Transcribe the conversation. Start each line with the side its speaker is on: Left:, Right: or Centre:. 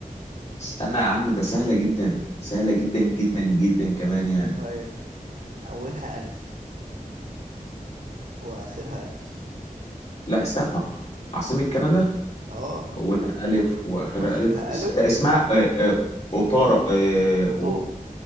Left: استنى يا عم ده سهلة جدا سهلة جدا جدا جدا كمان يعني
Right: ايوه اولها الف واخرها الف
Left: لا استنى آه، عاصمة كندا
Right: اه
Left: أولها ألف وآخرها
Right: واخرها
Left: ألف اس-
Right: ألف
Left: آه،
Right: وفي
Left: اسمها آه، آه، أوتارا آه، أو-
Right: الفطور